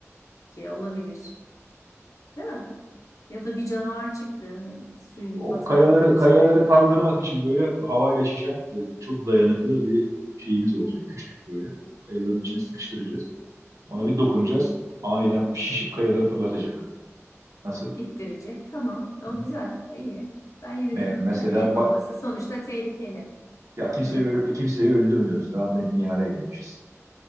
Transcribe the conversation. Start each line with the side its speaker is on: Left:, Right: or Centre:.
Left: ki olabilir. Değil mi? Ya da bir canavar çıktı suyun
Right: O
Left: bataklığın
Right: kayaları
Left: içinde.
Right: kayaları kaldırmak için böyle havayla şişen e, çok dayanıklı bir şeyimiz olacak. Küçücük böyle. Kayaların içine sıkıştıracağız. Ona bir dokunacağız. Aniden şişip kayaları fırlatacak. Nasıl?
Left: İttirecek. Tamam. O
Right: Hı-hı.
Left: güzel. O iyi. Ben yine
Right: E,
Left: de
Right: mesela
Left: tabii el bombası
Right: ba-
Left: sonuçta tehlikeli.
Right: ya
Left: Onu
Right: kimseyi
Left: bırakalım.
Right: ö- kimseyi öldürmüyoruz. Daha medeni hale gelmişiz.